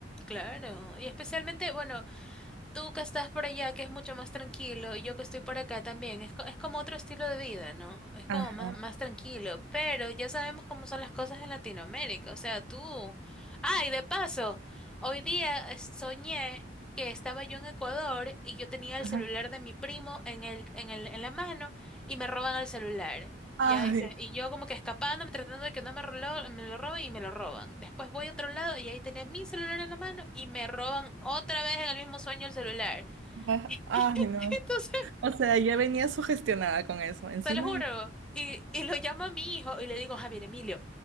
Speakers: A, in the centre; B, on the right.
A: Claro. Y especialmente, bueno, Tú que estás por allá, que es mucho más tranquilo, y yo que estoy por acá también, es, co- es como otro estilo de vida, ¿no? Es
B: Ajá,
A: como más, más tranquilo, pero ya sabemos cómo son las cosas en Latinoamérica, o sea, tú... Ay, de paso, hoy día eh, soñé que estaba yo en Ecuador y yo tenía
B: ajá.
A: el celular de mi primo en el, en el, en la mano y me roban el celular.
B: Ay,
A: Ya dice, y yo como que escapándome, tratando de que no me lo, me lo roben y me lo roban. Después voy a otro lado y ahí tenía mi celular en la mano y me roban otra vez en el mismo sueño el celular. <laughs>
B: ajá, ay,
A: Y
B: no.
A: Entonces,
B: O sea, ya venía sugestionada con eso. Encima,
A: te lo juro. Y, y lo llamo a mi hijo y le digo, Javier Emilio,